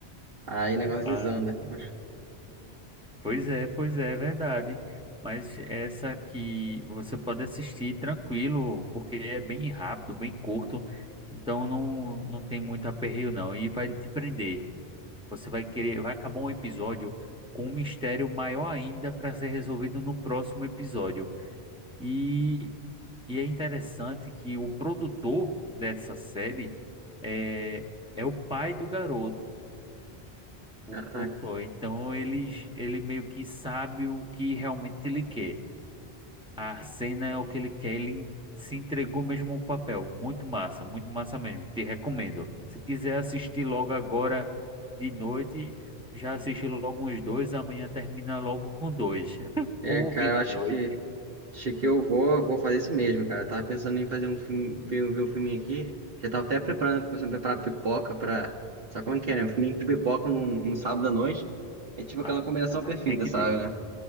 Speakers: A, on the right; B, in the centre.
A: aí o negócio
B: Ah,
A: desanda.
B: sim.
A: Mas,
B: Pois é, pois é, é verdade. Mas essa que você pode assistir tranquilo, porque é bem rápido, bem curto, então não, não tem muito aperreio não. E vai te prender. Você vai querer, vai acabar um episódio com um mistério maior ainda para ser resolvido no próximo episódio. E, e é interessante que o produtor dessa série é, é o pai do garoto o
A: caraca,
B: produtor. Então ele, ele meio que sabe o que realmente ele quer. A cena é o que ele quer, ele se entregou mesmo ao papel. Muito massa, muito massa mesmo. Te recomendo. Se quiser assistir logo agora de noite, já assiste logo uns dois, amanhã termina logo com dois. <laughs>
A: é,
B: Ou
A: cara,
B: vira
A: eu acho
B: à noite.
A: que Acho que eu vou, vou fazer isso mesmo, cara. Eu tava pensando em fazer um filme, ver, ver um filminho aqui. Já tava até preparando, começando a preparar pipoca pra. Sabe como é que é, né? Um filminho com pipoca num, num sábado à noite. É tipo aquela
B: Ah,
A: combinação
B: ah,
A: perfeita,
B: tem que
A: sabe,
B: ter,
A: né?